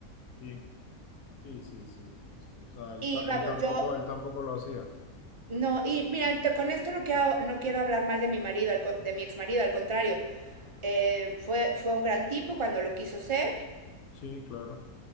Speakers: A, on the left; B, on the right.
A: sí, sí, sí, sí, sí, sí, o sea, él,
B: Y
A: ta-
B: vamos,
A: él tampoco,
B: yo,
A: él tampoco lo hacía,
B: no, y mira, te- con esto no quiero, no quiero hablar mal de mi marido, al co- de mi ex marido, al contrario, eh, fue, fue un gran tipo cuando lo quiso ser,
A: sí, claro,